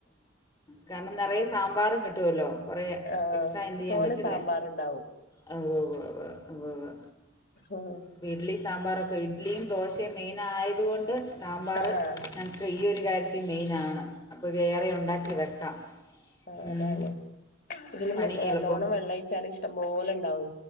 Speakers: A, on the left; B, on the left.
A: കാരണം നിറയെ സാമ്പാറും കിട്ടുവല്ലോ കൊറേ
B: ആഹ്
A: എക്സ്ട്രാ എന്തെയ്യാൻ
B: തോനെ
A: പറ്റില്ലേ
B: സാമ്പാറ്ണ്ടാവും
A: ഒ ഉവ്വ് ഉവ്വ് ഉവ്വ് ഉവ്വ് ഉവ്വ്
B: ആഹ്
A: അപ്പോൾ ഇഡ്ഡലി സാമ്പാറൊക്കെ ഇഡ്ലിയും ദോശയും മെയിനായതു കൊണ്ട് സാമ്പാറ്
B: ആഹ്
A: ഞങ്ങക്ക് ഈ ഒരു കാര്യത്തി മെയിനാണ് അപ്പോൾ വേറെ ഉണ്ടാക്കി വെക്കാം
B: ആ
A: ഉം.
B: അതാണ് ഇതില്
A: പണി
B: ന നല്ലോണ്ണം
A: എളുപ്പം
B: വെള്ളം ഒഴിച്ചാല് ഇഷ്ടംപോലെ ഉണ്ടാവും